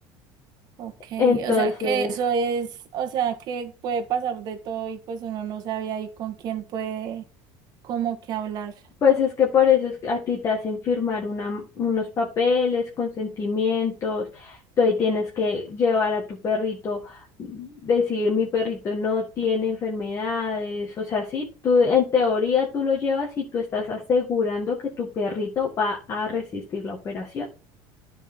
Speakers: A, on the right (about 40°); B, on the left (about 25°).
A: Ok,
B: Entonces,
A: o sea que eso es, o sea que puede pasar de todo y pues uno no sabe ahí con quién puede, como que hablar.
B: Pues es que por eso es que a ti te hacen firmar una- unos papeles, consentimientos, tú ahí tienes que llevar a tu perrito, decir mi perrito no tiene enfermedades, o sea, sí, tú en teoría tú lo llevas y tú estás asegurando que tu perrito va a resistir la operación,